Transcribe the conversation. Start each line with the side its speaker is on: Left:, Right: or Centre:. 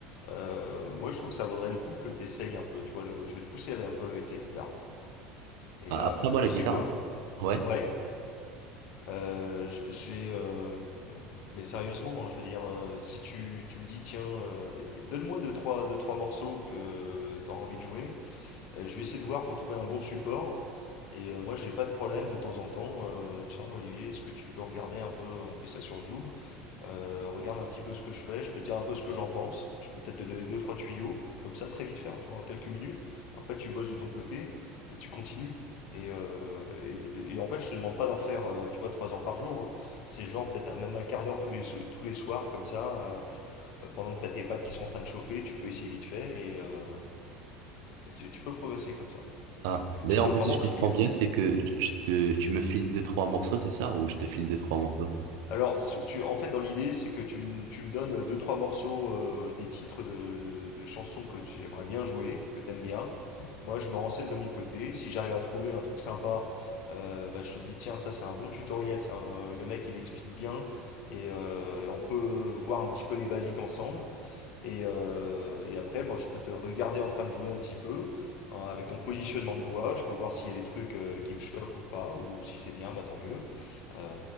Left: Euh, moi, je trouve que ça vaudrait le coup que tu essayes un peu, tu vois. le- je vais te pousser avec- un peu avec la guitare. Et
Right: Ah,
Left: euh,
Right: Après, moi,
Left: tu
Right: la guitare,
Left: sais quoi?
Right: ouais.
Left: Ouais, euh, j- je vais. euh, mais sérieusement, hein, je veux dire, euh, si tu, tu me dis, tiens, euh, donne-moi deux, trois, deux, trois morceaux que tu as envie de jouer, euh, je vais essayer de voir pour trouver un bon support. Et euh, moi, j'ai pas de problème de temps en temps. euh, tiens, Olivier, est-ce que tu peux regarder un peu On fait ça sur Zoom. Euh, regarde un petit peu ce que je fais. Je peux te dire un peu ce que j'en pense. Je peux peut-être te donner deux, trois tuyaux. Comme ça, très vite faire, tu vois, en quelques minutes. Après, tu bosses de ton côté et tu continues. Et, euh, et- et en fait, je te demande pas d'en faire, euh, tu vois, trois heures par jour. hein. C'est genre peut-être même un quart d'heure tous les, so- tous les soirs, comme ça, euh, euh, pendant que tu as tes pattes qui sont en train de chauffer, tu peux essayer vite fait et, euh, et c'est- tu peux progresser comme ça.
Right: Ah,
Left: Et
Right: d'ailleurs,
Left: tu peux
Right: en
Left: vraiment
Right: fait, si je comprends
Left: t'y mettre.
Right: bien, c'est que je je te, tu me files deux trois morceaux, c'est ça? Ou je te file deux trois morceaux?
Left: Alors, tu, en fait, dans l'idée, c'est que tu, m- tu me donnes deux, trois morceaux, euh, des titres de, de chansons que tu aimerais bien jouer, que t'aimes bien. Moi, je me renseigne de mon côté. Si j'arrive à trouver un truc sympa, euh, bah, je te dis, tiens, ça, c'est un bon tutoriel. ça, euh, le mec, il explique bien. Et, euh, et on peut voir un petit peu les basiques ensemble. Et, euh, et après, bon, je peux te regarder en train de jouer un petit peu hein, avec ton positionnement de doigt. Je peux voir s'il y a des trucs euh, qui me choquent ou pas, ou si c'est bien, bah tant mieux. Euh,